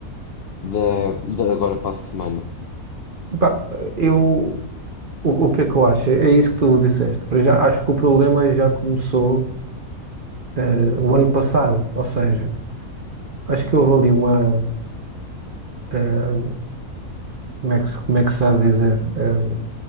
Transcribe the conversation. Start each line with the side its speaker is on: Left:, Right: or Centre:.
Left: da, da agora para a semana.
Right: Pá, eu, o, o que é que eu acho? É isso que tu disseste. Para já acho que o problema já começou eh, o ano passado, ou seja, Acho que houve ali uma. eh, como é que, se- como é que se há de dizer? Eh,